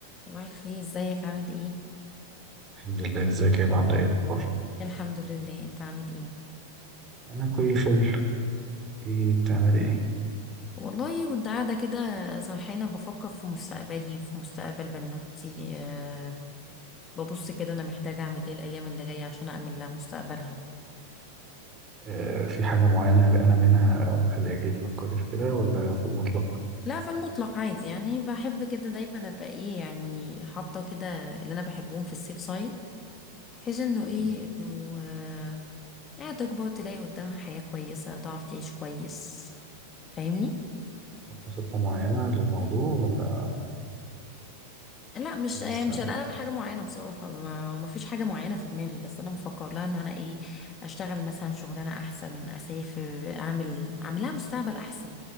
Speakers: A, on the left; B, on the right.
A: صباح الخير ازيك عامل ايه
B: الحمد لله ازيك يا عامل ايه الاخبار
A: الحمد لله انت عامل ايه
B: انا كل فل ايه بتعملي ايه
A: والله كنت قاعده كده سرحانه بفكر في مستقبلي في مستقبل بنوتي أه ببص كده انا محتاجه اعمل ايه الايام اللي جايه عشان اامن لها مستقبلها
B: آه في حاجه معينه قلقانه منها او مخليكي تفكري في كده ولا في المطلق
A: لا في المطلق عادي يعني بحب كده دايما ابقى ايه يعني حاطه كده اللي انا بحبهم في السيف سايد بحيث انه ايه
B: يعني
A: انه أه يعني تكبر تلاقي قدامها حياه كويسه تعرف تعيش كويس فاهمني
B: حاطه خطه معينه للموضوع ولا
A: لا مش
B: لسه
A: يعني مش قلقانه من حاجه معينه بصراحه ما ما فيش حاجه معينه في دماغي بس انا بفكر لها ان انا ايه اشتغل مثلا شغلانه احسن اسافر اعمل اعمل لها مستقبل احسن